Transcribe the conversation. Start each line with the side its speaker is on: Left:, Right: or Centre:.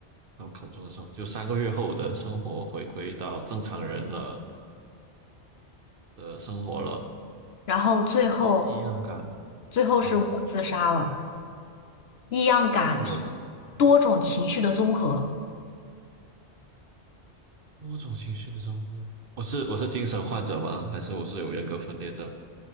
Right: 考口中的生”，活就三个月后我的生活回归到正常人了的生活了，
Left: 然后最后，
Right: 呃异样感，
Left: 最后是我自杀了。
Right: 嗯，
Left: 异样感，
Right: 因为我这
Left: 多种情绪的综合。
Right: 某种情绪的中间，我是我是精神患者吗？还是我是有人格分裂症？